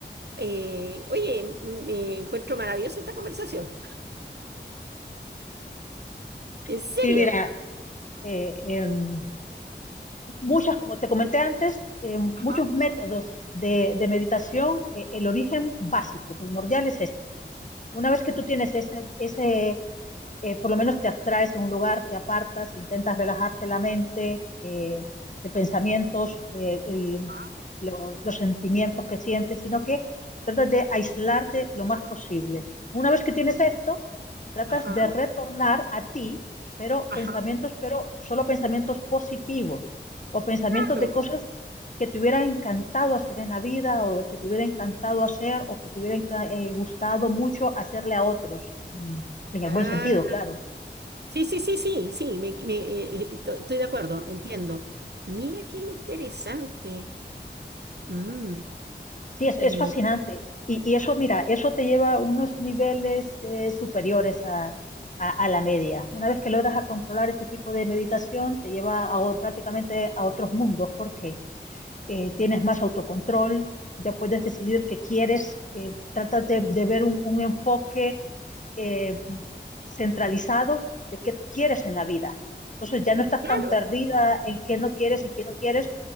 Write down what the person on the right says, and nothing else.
oye, m- me encuentro maravillosa esta conversación. ¿En serio?
Ajá.
Ajá.
Ajá.
Ajá.
Claro.
Ah.
Sí, sí, sí, sí, sí, me, me, eh, eh, to- estoy de acuerdo, entiendo. Mira qué interesante. Mm,
eh,
claro,